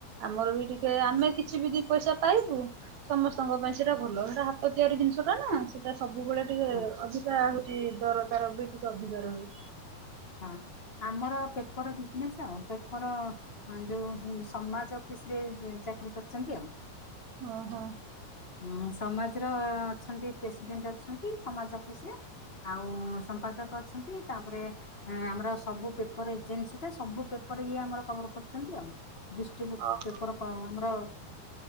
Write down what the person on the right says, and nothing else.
ଆମର ବି ଟିକେ ଆମେ କିଛି ବି ଦି ପଇସା ପାଇବୁ ସମସ୍ତଙ୍କ ପାଇଁ ସେଇଟା ଭଲ ସେଟା ହାତ ତିଆରି ଜିନିଷ ଟା ନା ସେଇଟା ସବୁ <unintelligible> ଟିକେ
ଅଧିକା ହଉଛି ଦର ତାର ବି ଟିକେ <unintelligible> ରହେ
ଓହୋ
ଓହୋ।